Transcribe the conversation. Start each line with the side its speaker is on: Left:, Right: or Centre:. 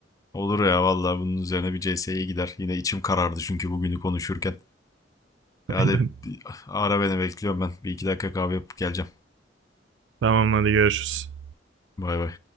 Left: olur ya vallahi bunun üzerine bir CS'ye gider. Yine içim karardı çünkü bugünü konuşurken.
Right: <laughs>
Left: Hadi
Right: Aynen.
Left: bir- ara beni bekliyorum ben. Bir iki dakika kahve yapıp geleceğim.
Right: Tamam hadi görüşürüz.
Left: Bay bay.